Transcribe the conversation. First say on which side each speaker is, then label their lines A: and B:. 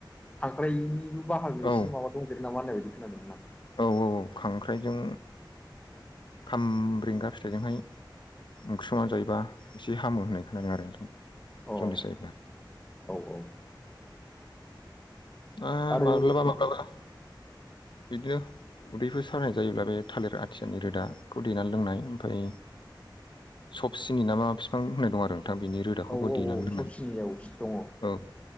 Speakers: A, on the left; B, on the left.
A: खांख्राइनिबो बाहागो
B: औ
A: एसे माबा दंदेरो नामा होननाय बायदि खोनादोंमोन आं
B: औ औ खांख्राइजों खाम्रेंगा फिथाइजोंहाय ओंख्रि संनानै जायोबा एसे हामो होननाय खोनादों आरो नोंथां
A: अ औ
B: जनडिस जायोब्ला
A: औ
B: आ
A: आरो
B: माब्लाबा माब्लाबा बिदिनो उदैफोर सानाय जायोब्ला बे थालिर आथियानि रोदाखौ देनानै लोंनाय ओमफ्राय सबसिनि नामा बिफां होननाय दं आरो नोंथां बिनि रोदाखौबो
A: औ
B: देनानै
A: औ
B: दोंनाय
A: सब सिनियाव दङ
B: औ